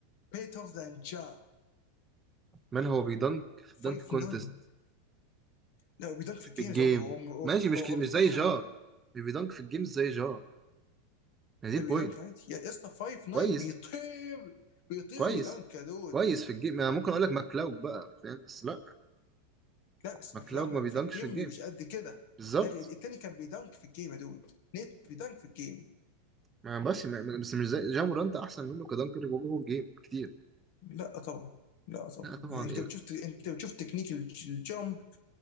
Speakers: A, on the left; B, on the right.
A: بيتر ذان جار
B: من هو بيدنك في الدنك
A: 5
B: كونتست
A: 9 لا بيدنك
B: مش
A: في الجيمز
B: في الجيم
A: برضه هو هو
B: ماشي مش ك-
A: هو
B: مش
A: بيتوشع
B: زي جا مش بيدنك في الجيم زي جا هي دي البوينت
A: لا بيدنك عادي يا اسطى 5 9
B: كويس
A: بيطير بيطير
B: كويس
A: وبيدنك يا دود
B: كويس في الجيم انا ممكن اقول لك ماكلاوج بقى فاهم بس لا
A: لا بس
B: ماكلاوج
A: ماكلاومان
B: ما بيدنكش
A: في الجيم
B: في الجيم
A: مش قد كده
B: بالظبط
A: لكن التاني كان بيدنك في الجيم يا دود نيت بيدنك في الجيم
B: ما بس ما ما- بس مش زي جامورانت احسن منه كدنكر جوه الجيم كتير
A: لا طبعا لا طبعا
B: لا طبعا
A: يعني انت
B: ايه
A: بتشوف
B: بس
A: انت بتشوف تكنيك الج- الجامب